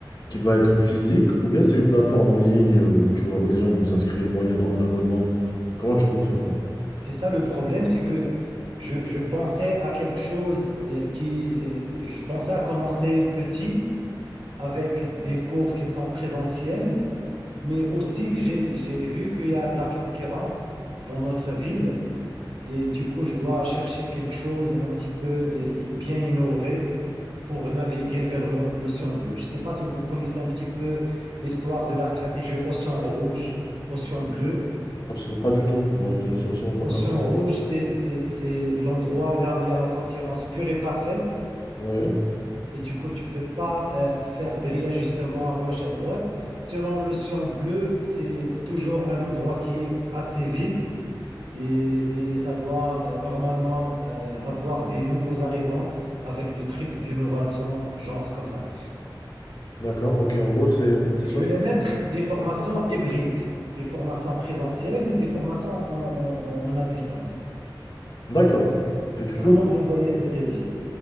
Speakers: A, on the left (about 60°); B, on the right (about 85°).
A: qui va être physique, ou bien c'est une plateforme en ligne où, tu vois, où des gens vont s'inscrire moyennant un abonnement? Comment tu
B: C'est,
A: comptes faire ça?
B: c'est ça le problème, c'est que je, je pensais à quelque chose euh, qui... euh, je pensais à commencer petit avec des cours qui sont présentiels. Mais aussi, j'ai, j'ai vu qu'il y a de la concurrence dans notre ville et du coup, je dois chercher quelque chose un petit peu euh, i- bien innové pour naviguer vers l'o- l'océan bleu. Je ne sais pas si vous connaissez un petit peu l'histoire de la stratégie océan rouge, océan bleu.
A: Abs- pas du tout. Moi, je ne suis absolument pas
B: Océan
A: familier.
B: rouge, c'est, c'est, c'est l'endroit là où il y a la concurrence pure et parfaite.
A: Ouais.
B: Et du coup, tu peux pas euh, faire des réajustements à gauche à droite. Sinon, l'océan bleu, c'est toujours un endroit qui est assez vide et, et ça doit euh, normalement euh, avoir des nouveaux arrivants avec des trucs d'innovation, genre comme ça.
A: D'accord. Ok. En gros, c'est c'est
B: Je
A: soit.
B: vais les mettre des formations hybrides, des formations présentielles et des formations en, en- en- à distance.
A: D'accord. Et du
B: Et
A: coup,
B: comment vous voyez cet édit?